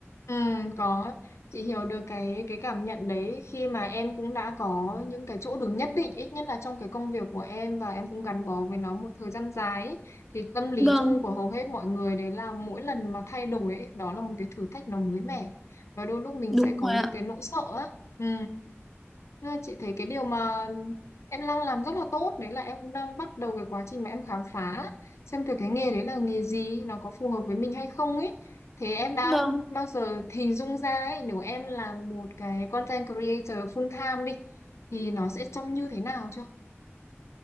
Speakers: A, on the left (about 80°); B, in the centre.
A: Ừ, có chị hiểu được cái cái cảm nhận đấy khi mà em cũng đã có những cái chỗ đứng nhất định ít nhất là trong cái công việc của em và em cũng gắn bó với nó một thời gian dài ấy. Thì tâm lý
B: Vâng,
A: chung của hầu hết mọi người đấy là mỗi lần mà thay đổi ấy, đó là một cái thử thách nó mới mẻ và đôi lúc mình
B: đúng
A: sẽ có
B: rồi
A: những
B: ạ.
A: cái nỗi sợ á. Ừ. Thế là chị thấy cái điều mà em đang làm rất là tốt đấy là em cũng đang bắt đầu cái quá trình mà em khám phá xem thử cái nghề đấy là nghề gì nó có phù hợp với mình hay không ấy thế em đã
B: Vâng.
A: bao giờ hình dung ra ấy nếu em làm một cái content creator full time đi thì nó sẽ trông như thế nào chưa